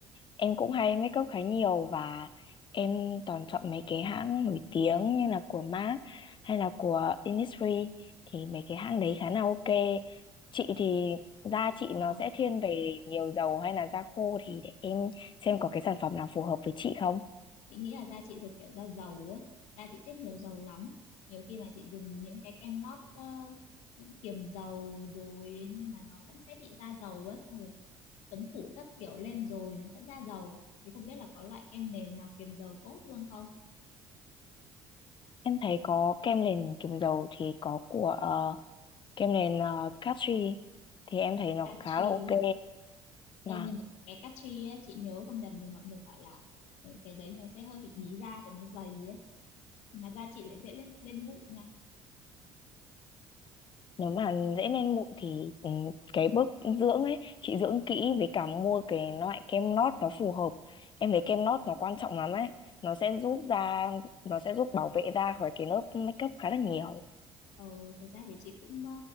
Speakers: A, on the left; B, on the left.
A: em cũng hay make up khá nhiều và em toàn chọn mấy cái hãng nổi tiếng như là của MAC hay là của Innisfree thì mấy cái hãng đấy khá là ok. Chị thì da chị
B: Ờ,
A: nó sẽ thiên về nhiều dầu hay là da khô thì để em xem có cái sản phẩm nào phù hợp với chị không.
B: chị nghĩ là da chị thuộc kiểu da dầu ấy. Da chị tiết nhiều dầu lắm. Nhiều khi mà chị dùng những cái kem lót ờ, kiềm dầu rồi nhưng mà nó vẫn sẽ bị da dầu ấy. Xong rồi phấn phủ các kiểu lên rồi nó vẫn da dầu. Thì không biết là có loại kem nền nào kiềm dầu tốt luôn không?
A: Em thấy có kem nền kiềm dầu thì có của ờ, kem nền uh, Castri thì em
B: Ờ,
A: thấy nó
B: Catchy
A: khá là ok. Và
B: Ê, nhưng mà cái castri á, chị nhớ không nhầm thì mọi người bảo là ờ, cái đấy nó sẽ hơi bị bí da tại nó dày ấy. Mà da chị lại dễ lên lên mụn nha.
A: nếu mà dễ lên mụn thì ừ, cái bước dưỡng ấy chị dưỡng kỹ với cả mua cái loại kem nót nó phù hợp em thấy kem nót nó quan trọng lắm ấy nó sẽ giúp da nó sẽ giúp bảo vệ da khỏi cái lớp makeup khá là nhiều
B: Ờ, thực ra thì chị cũng ờ,